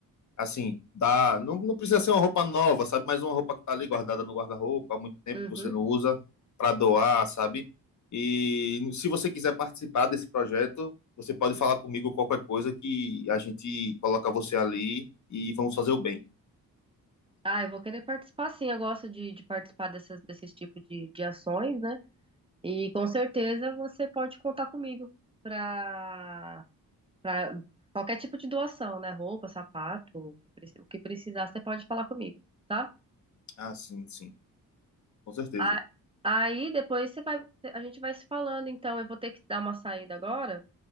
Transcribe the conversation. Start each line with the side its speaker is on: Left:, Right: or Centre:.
Left: assim, dar. Não, não precisa ser uma roupa nova, sabe? Mas uma roupa que está ali guardada no guarda-roupa há muito tempo
Right: uhum.
Left: que você não usa, para doar, sabe? E se você quiser participar desse projeto, você pode falar comigo qualquer coisa que a gente coloca você ali e vamos fazer o bem.
Right: Ah, eu vou querer participar sim, eu gosto de, de participar dessas, desses tipos de, de ações, né? E com certeza você pode contar comigo para para qualquer tipo de doação, né? Roupa, sapato, o que preci- o que precisar, você pode falar comigo, tá?
Left: Ah, sim, sim, com certeza.
Right: A- Aí depois você vai, a gente vai se falando, então eu vou ter que dar uma saída agora,